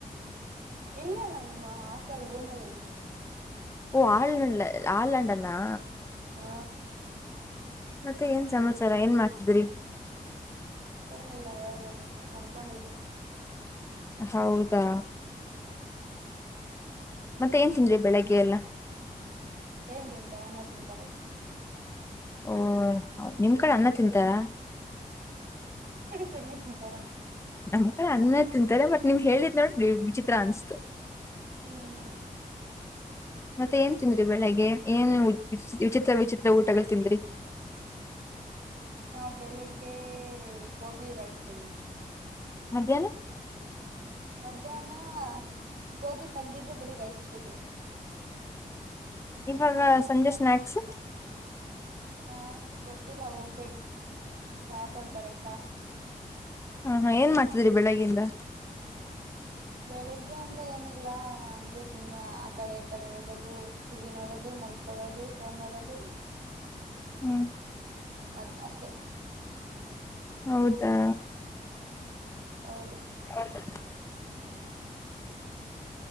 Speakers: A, on the right; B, on the left.
A: ಇಲ್ಲೇ ನಮ್ಮ ಹಾಸ್ಟೆಲ್ ರೂಮ್ ಅಲ್ ಇದೀನಿ.
B: ಓ ಆ ಲಳ್ಲೆ ಆ ಲಂಡನ್ ಆ?
A: ಆ
B: ಮತ್ತೆ ಏನ್ ಸಮಾಚಾರ ಏನ್ ಮಾಡ್ತಿದ್ರಿ.
A: ಏನಿಲ್ಲ ಹೇಳ್ಬೇಕ್ ನೀವೆ ಮಲ್ಕೊಂಡಿದ್ವಿ.
B: ಹೌದಾ ಮತ್ತೆ ಏನ್ ತಿಂದ್ರಿ ಬೆಳಗ್ಗೆ ಎಲ್ಲ.
A: ಏನ್ ತಿಂತಾರೆ ಅನ್ನ ತಿಂತಾರೆ
B: ಓ ಹ ನಿಮ್ ಕಡೆ ಅನ್ನ ತಿಂತಾರ.
A: ಸಗ್ಣಿ ತಿಂತಾರ
B: ನಮ್ ಕಡೆ ಅನ್ನ ತಿಂತಾರೆ ಬಟ್ ನಿಮ್ ಹೇಳಿದ್ ನೋಡ್ ವಿಚಿತ್ರ ಅನ್ಸ್ತು.
A: ಹ್ಮ್ ಹ್ಮ್
B: ಮತ್ತೆ ಏನ್ ತಿಂದ್ರಿ ಬೆಳ್ಳಿಗ್ಗೆ ಏನು ವಿಚಿತ್ ಚಿತ್ತ ವಿಚಿತ್ರ ಊಟಗಳ್ ತಿಂದ್ರಿ?
A: ನಾವು ಬೆಳಿಗ್ಗೆ ಗೋಬಿ ರೈಸ್ ತಿಂದ್ವಿ.
B: ಮದ್ಯಾನ
A: ಮದ್ಯಾನ ಗೋಬಿ ತೆಗ್ದಿದ್ರು ಬರೀ ರೈಸ್ ಇಷ್ಟೇ ತಿಂದ್ವಿ.
B: ಇವಾಗ ಸಂಜೆ ಸ್ನಾಕ್ಸ್.
A: ಸ್ನಾಕ್ಸ್ ಗೊತ್ತಿಲ್ಲ ಹೋಗ್ಬೇಕು ಚ ಕೊಡ್ತಾರೆ ಚಾ
B: ಹಾ ಹಾ ಏನ್ ಮಾಡ್ತಿದ್ರಿ ಬೆಳಗ್ಗೆಯಿಂದ.
A: ಬೆಳಿಗ್ಗೆಯಿಂದ ಏನಿಲ್ಲ ಹಂಗೆ ಸುಮ್ನೆ ಆ ಕಡೆ ಈ ಕಡೆ ಹೋಗೋದು ಟಿವಿ ನೋಡೋದು ಮಲ್ಕೊಳೋದು ಫೋನ್ ನೋಡೋದು.
B: ಹ್ಮ್
A: ಅದ್ ಅಷ್ಟೆ
B: ಹೌದಾ
A: ಹೌದು
B: <inaudible>